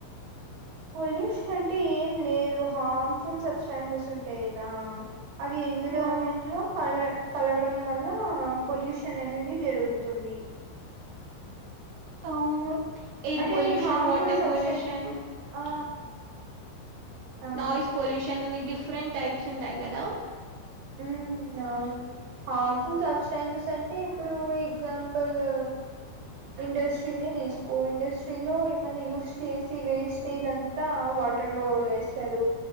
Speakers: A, on the right; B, on the right.
A: పొల్యూషనంటే ఏం లేదు హార్మ్ఫుల్ సబ్స్టాన్సెస్ ఉంటాయ్ గదా అది ఎన్విరాన్మెంట్లో
B: ఆ
A: కలర్ కలవడం వల్ల పొల్యూషననేది జరుగుతుంది
B: అవును ఎయిర్
A: అంటే
B: పొల్యూషన్
A: హార్మ్ఫుల్
B: వాటర్
A: సబ్స్టె
B: పొల్యూషన్
A: ఆ అవును
B: నాయిస్ పొల్యూషన్ అనే డిఫరెంట్ టైప్స్ ఉంటాయ్ గదా
A: ఉ నవును హామ్ఫుల్ సబ్స్టాన్సెస్ అంటే ఇప్పుడు ఎగ్జాంపులు ఇండస్ట్రీ నె దీస్కో ఇండస్ట్రీలో ఏమన్న యూస్ చేసి వేస్టేజంతా వ వాటర్ లో వదిలేస్తరు